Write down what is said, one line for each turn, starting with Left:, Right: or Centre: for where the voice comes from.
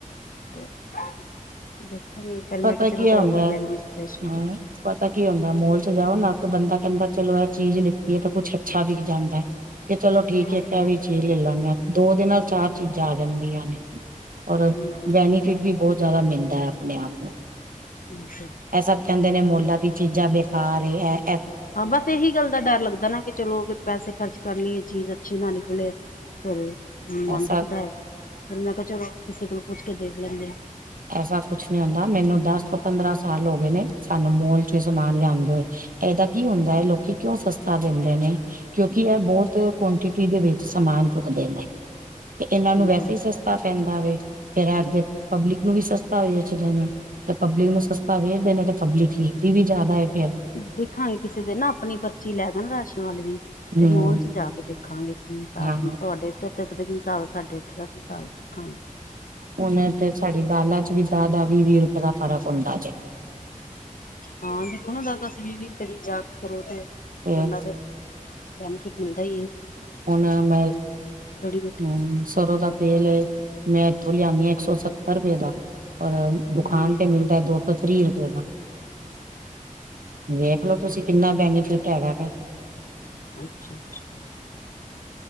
Left: ਦੇਖਾਂ ਨੀ ਫੇਰ
Right: ਪਤਾ
Left: ਮੈਂ ਕਿਆ ਚਲੋ
Right: ਕੀ
Left: ਤੁਆਡੇ
Right: ਹੁੰਦਾ
Left: ਕੋਲੋ ਲੈਂਦੀ ਸਪੈਸ਼ਲ
Right: ਹਾਂ
Left: ਕੁਛ।
Right: ਪਤਾ ਕੀ ਹੁੰਦਾ ਮੋਲ ਚ ਜਾਓ ਨਾ ਤੇ ਬੰਦਾ ਕੈਂਦਾ ਚਲੋ ਏ ਚੀਜ਼ ਲਿ ਤੀ ਐ ਤਾਂ ਕੁੱਛ ਅੱਛਾ ਵੀ <unintelligible> ਜਾਂਦਾ ਐ ਕਿ ਚਲੋ ਠੀਕ
Left: ਹਾਂ
Right: ਐ ਕੈ
Left: ਹਾਂ
Right: ਵੀ ਚੀਜ਼ ਲੈ ਲੈਂਨੇ ਆਂ ਦੋ ਦੇ ਨਾਲ ਚਾਰ ਚੀਜ਼ਾਂ ਆ ਜਾਂਦੀਆਂ ਨੇ ਔਰ
Left: ਹਮ
Right: ਬੈਨੀਫਿਟ ਵੀ ਬੋਤ ਜਾਦਾ ਮਿਲਦਾ ਐ ਆਪਨੇ- ਆਪ।
Left: ਤੁਮ ਸਬ।
Right: ਐਹ ਸਭ ਕੈਂਦੇ ਨੇ, ਮੋਲਾਂ ਦੀ ਚੀਜ਼ਾਂ ਬੇਕਾਰ ਏ ਐ।
Left: ਹਾਂ, ਬਸ ਏਹੀ ਗੱਲ ਦਾ ਡਰ ਲੱਗਦੈ ਨਾ, ਬਈ ਚਲੋ ਪੈਸੇ ਖਰਚ ਕਰ ਲੀਏ, ਚੀਜ਼ ਅੱਛੀ ਨਾ ਨਿਕਲੇ। ਫੇਰ ਮਨ
Right: ਐਸਾ
Left: ਦੁਖਦੈ। ਫਿਰ ਮੈਂ ਕੇਆ, ਚਲੋ ਕਿਸੇ ਕੋਲੋ ਪੁੱਛ ਕੇ ਦੇਖ ਲੈਂਦੇ।
Right: ਐਸਾ ਕੁਛ ਨੀ ਹੁੰਦਾ, ਮੈਨੂੰ ਦਸ ਤੋਂ ਪੰਦਰਾਂ ਸਾਲ ਹੋ ਗਏ ਨੇ, ਸਾਨੂੰ ਮੋਲ 'ਚੋ ਈ ਸਮਾਨ ਲਿਆਂਦੇ ਹੋਏ। ਐਦਾ ਕੀ ਹੁੰਦਾ ਏ? ਲੋਕੀ ਕਿਉਂ ਸਸਤਾ ਦੇਂਦੇ ਨੇ? ਕਿਉਂਕਿ, ਐ ਬੋਤ ਕੁਆਂਟਿਟੀ ਦੇ ਵਿੱਚ ਸਮਾਨ ਚੁੱਕਦੇ ਨੇ। ਤੇ ਇਨਾਂ ਨੂੰ
Left: ਹਮ
Right: ਵੈਸੇ
Left: ਹਮ
Right: ਈ ਸਸਤਾ ਪੈਂਦਾ ਵੇ, ਫੇਰ ਅੱਗੇ ਪਬਲਿਕ ਨੂੰ ਵੀ ਸਸਤਾ ਵੇਚਦੇ ਨੇ, 'ਤੇ ਪਬਲਿਕ ਨੂੰ ਸਸਤਾ ਵੇਚਦੇ ਨੇ ਤੇ ਪਬਲਿਕ ਖਰੀਦਦੀ ਵੀ ਜ਼ਿਆਦਾ ਏ। ਫੇਰ
Left: ਦੇਖਾਂਗੇ ਕਿਸੇ ਦਿਨ ਨਾ, ਆਪਨੀ ਪਰਚੀ ਲੈਕੈ ਨਾ, ਰਾਸ਼ਨ ਵਾਲੇ ਦੀ, 'ਤੇ
Right: ਹੂੰ
Left: ਮੋਲ 'ਚ ਜਾ ਕੇ ਦੇਖ ਦੇਖਾਂਗੇ ਕੀ ਹਿਸਾਬ,
Right: ਹਾਂ।
Left: ਤੁਹਾਡੇ ਇਥੇ-ਇਥੇ ਦਾ ਕੀ ਹਿਸਾਬ, ਸਾਡੇ ਇੱਥੇ ਦਾ ਕੀ ਹਿਸਾਬ, ਦੇਖਾਂਗੇ।
Right: ਹੁਨ ਤੇ ਸਾਡੀ ਦਾਲਾਂ 'ਚ ਵੀ ਦਾਅ-ਦਾਅ ਵੀਹ- ਵੀਹ ਰੁਪਏ ਦਾ ਫ਼ਰਕ ਹੁੰਦਾ ਜੇ।
Left: ਹਾਂ, ਦੇਖੋ ਨਾ, ਦਸ-ਦਸ, ਵੀਹ-ਵੀਹ ਰੁਪਏ ਦੀ ਜਾਗ ਕਰੋ ਤੇ
Right: ਫੇਰ
Left: ਬੰਦਾ ਫਿਰ, ਬੈਨੀਫਿਟ ਮਿਲਦਾ ਈ ਏ।
Right: ਹੁਨ ਮੈਂ,
Left: ਬਹੁਤੀ
Right: ਹਮ ਸਰੋਂ ਦਾ ਤੇਲ ਏ, ਮੈਂ ਇੱਥੋਂ ਲਿਆਨੀ ਆ, ਇੱਕ ਸੌ ਸੱਤਰ ਰੁਪਏ ਦਾ, ਔਰ ਦੁਕਾਨ
Left: ਹਮ
Right: ਤੇ ਮਿਲਦੈ ਦੋ ਇਕ ਸੌ ਤ੍ਰੀਹ ਰੁਪਏ ਦਾ। ਵੇਖਲੋ ਤੁਸੀਂ, ਕਿੰਨਾ ਬੈਨੀਫਿਟ ਹੈਗਾ ਫਿਰ।
Left: ਅੱਛਾ-ਅੱਛਾ।